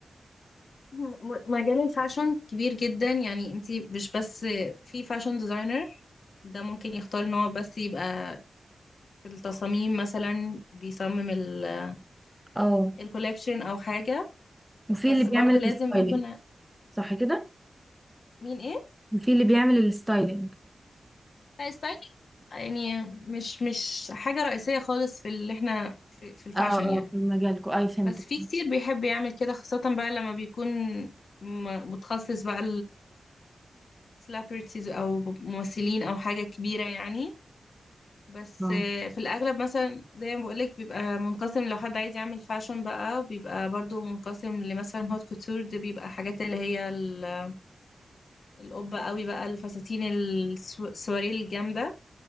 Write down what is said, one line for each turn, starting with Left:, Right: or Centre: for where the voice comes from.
Left: مم، مجال الفاشن كبير جدا يعني انت مش بس في فاشن ديزاينر ده ممكن يختار ان هو بس يبقى في التصاميم مثلا بيصمم ال-
Centre: اه
Left: الكوليكشن او حاجة
Centre: وفي
Left: بس
Centre: اللي بيعمل
Left: برضو لازم
Centre: الستايلينج
Left: بيكون
Centre: صح كده
Left: مين ايه
Centre: وفي اللي بيعمل الستايلينج
Left: لا، ستايل يعني مش مش حاجة رئيسية خالص في اللي احنا في, في الفاشن
Centre: اه اه
Left: يعني
Centre: في مجالكم اي فهمتك
Left: بس في كتير بيحب يعمل كده خاصة بقى لما بيكون م- متخصص بقى السليبرتيز او ممثلين او حاجة كبيرة يعني بس
Centre: اه
Left: آه، في الاغلب مثلا زي ما بقولك بيبقى منقسم لو حد عايز يعمل فاشن بقى بيبقى برضو منقسم لمثلا هوت كوتور دي بيبقى حاجات اللي هي ال- القبة قوي بقى الفساتين السو- السواري الجامدة